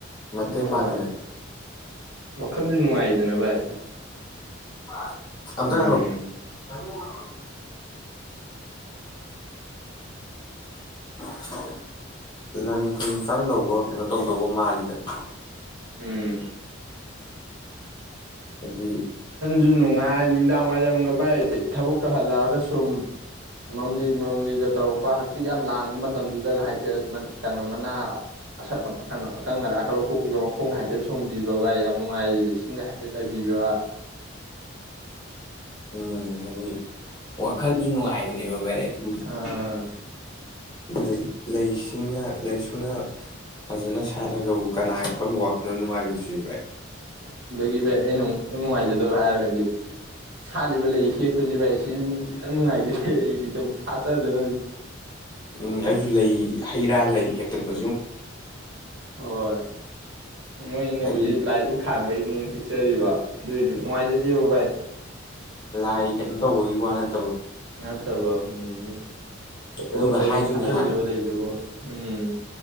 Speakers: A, on the left (about 20°); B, on the right (about 75°).
A: ꯃꯇꯦꯡ
B: ꯍꯣꯏ
A: ꯄꯥꯡꯉꯤꯗꯅ
B: ꯋꯥꯈꯜꯁꯨ ꯅꯨꯡꯉꯥꯏꯗꯅ ꯚꯥꯏ
A: ꯅꯨꯄꯥ ꯑꯝꯇ
B: ꯎꯝ
A: ꯉꯥꯢꯈꯣ ꯇꯥꯏꯉꯣꯕꯤ <unintelligible> ꯂꯟ ꯊꯨꯝ ꯆꯪꯗꯧꯕ ꯀꯩꯅꯣ ꯇꯧꯗꯧꯕ ꯃꯥꯜꯂꯤꯗꯅ
B: ꯎꯝ
A: ꯍꯥꯢꯗꯤ
B: ꯁꯤ ꯅꯨꯡꯉꯥꯏ ꯅꯨꯃꯤꯗꯥꯡ ꯋꯥꯏꯔꯝꯒ ꯚꯥꯏ ꯊꯕꯛꯀ ꯍꯜꯂꯛꯑꯒ ꯁꯨꯝ ꯃꯝꯂꯤ ꯃꯝꯂꯤꯒ ꯇꯧꯔꯛꯄ ꯍꯛꯆꯤꯠ ꯌꯥꯝ ꯂꯥꯡꯕ ꯃꯇꯝꯗꯨꯗꯒ ꯍꯥꯏꯐꯦꯠ ꯀꯩꯅꯣ ꯃꯅꯥ ꯑꯁꯪ ꯀꯩꯅꯣ ꯑꯀꯪ ꯑꯔꯥꯛꯀ ꯂꯧꯊꯣꯛꯄꯤꯕ ꯃꯈꯣꯡꯒ ꯍꯥꯏꯐꯦꯠ ꯁꯣꯝꯕꯤꯕ ꯚꯥꯏ ꯌꯥꯝ ꯅꯨꯡꯉꯥꯏ ꯑꯩꯗꯤ ꯢꯁꯤꯡꯒ ꯍꯥꯢꯐꯦꯠ ꯆꯥꯏꯕꯤꯕ
A: ꯎꯝ ꯍꯥꯢꯗꯤ ꯋꯥꯈꯟꯁꯨꯨ ꯅꯨꯉꯥꯢ ꯅꯤꯕ ꯕꯥꯢ ꯑꯗꯨꯗꯨ
B: ꯑ <inaudible>
A: ꯂꯩ ꯂꯩꯁꯤꯡꯅ ꯂꯩꯁꯨꯅ ꯐꯖꯅ ꯁꯥꯠꯂꯒꯕꯨ ꯀꯅꯥ ꯀꯔꯝꯕ ꯋꯥꯈꯜꯅ ꯅꯨꯡꯉꯥꯏꯔꯨꯗꯣꯢ <unintelligible>
B: ꯑꯗꯩꯒꯤ ꯚꯥꯏ ꯑꯩꯅ ꯑꯃꯨꯛ ꯈꯤꯇꯪ ꯅꯨꯡꯉꯥꯏꯖꯗꯕ ꯍꯥꯏꯔꯒꯗꯤ ꯁꯥꯠꯂꯤꯕ ꯂꯩ ꯍꯦꯛꯄꯖꯤ ꯚꯥꯏ ꯁꯤꯃꯥ ꯈꯤꯇꯪ ꯅꯨꯡꯉꯥꯏꯖꯗꯦ ꯑꯩꯗꯤ ꯁꯨꯝ ꯁꯥꯠꯆꯖꯅꯨ
A: ꯎꯝ ꯑꯩꯁꯨ ꯂꯩ ꯍꯩ ꯔꯥ ꯂꯩ ꯍꯦꯛꯇꯠ <unintelligible>
B: ꯍꯣꯏ ꯃꯣꯏꯅꯕꯨꯗꯤ
A: ꯍꯥꯏꯗꯤ
B: ꯂꯥꯏꯗꯨꯛ ꯊꯥꯟꯕꯩꯅꯦ ꯍꯦꯛꯆꯔꯤꯕ ꯑꯗꯨꯏꯖꯨ ꯅꯨꯡꯉꯥꯏꯖꯗꯦꯕ ꯚꯥꯏ
A: ꯂꯥꯏ ꯀꯩꯅꯣ ꯇꯧꯕꯩ ꯋꯥ ꯅꯠ
B: ꯅꯠꯇꯕ ꯎꯝ ꯆꯥꯇꯣꯟ
A: ꯑꯗꯨꯒ
B: ꯇꯧꯅ
A: ꯍꯥꯏꯗꯨꯅꯦ
B: ꯁꯥꯠꯍꯜꯂꯤꯕ
A: ꯍꯥ
B: ꯂꯩꯗꯨꯕꯨ ꯎꯝ